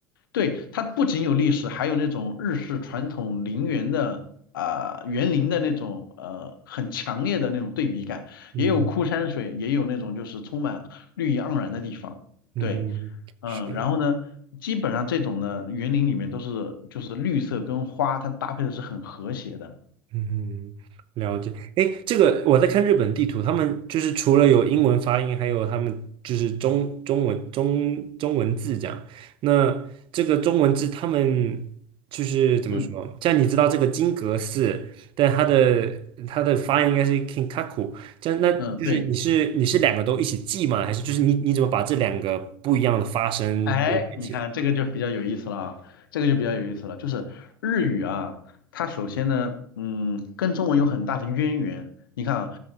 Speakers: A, on the left; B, on the right.
A: 对，它不仅有历史，还有那种日式传统陵园的啊、园林的那种呃很强烈的那种对比感，
B: 嗯哼，
A: 也有枯山水，也有那种就是充满绿意盎然的地方。
B: 嗯哼，
A: 对，嗯、
B: 是，
A: 然后呢，基本上这种的园林里面都是就是绿色跟花，它搭配的是很和谐的。
B: 嗯哼，了解。哎，这个我在看日本地图，他们就是除了有英文发音，还有他们就是中中文中中文字这样。那这个中文字，他们就是怎么说？
A: 嗯
B: 像你知道这个金阁寺，但它的它的发音应该是 Kinkaku，这样那就是你是你是两个都一起记吗？
A: 嗯，对。
B: 还是就是你你怎么把这两个不一样的发声对在一起的？
A: 哎，你看这个就比较有意思了啊，这个就比较有意思了，就是日语啊，它首先呢，嗯，跟中文有很大的渊源。你看啊，